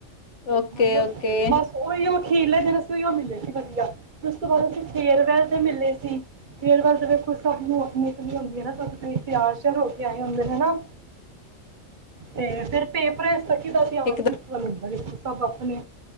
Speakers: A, on the left; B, on the right.
A: ਓਕੇ,
B: ਮਤਲਬ
A: ਓਕੇ
B: ਬਸ ਉਹੀਓ ਅਖੀਰਲੇ ਦਿਨ ਅਸੀਂ ਉਹਿਯੋ ਮਿਲੇ ਸੀ ਵਧੀਆ, ਫਿਰ ਉਸ ਤੋਂ ਬਾਅਦ ਅਸੀਂ ਫੇਰ ਵੇਲ ਤੇ ਮਿਲੇ ਸੀ, ਫੇਰਬੇਲ ਤੇ ਫਿਰ ਵੇਖੋ ਸਭਨੂ ਅਪਣੀ ਅਪਣੀ ਹੁੰਦੀ ਐ ਨਾ, ਸਭ ਤਿਆਰ ਹੋ ਕੇ ਆਏ ਹੁੰਦੇ ਨੇ ਨਾਂ, ਤੇ ਫਿਰ ਪੇਪਰ ਇਸ ਤ ਕਿਦਾ ਧੀਆਣ
A: ਇਕਦਮ
B: ਕਿਸੇ ਨੂੰ <unintelligible> ਲ੍ਰਿਸ਼ ਸਭ ਆਪਣੇ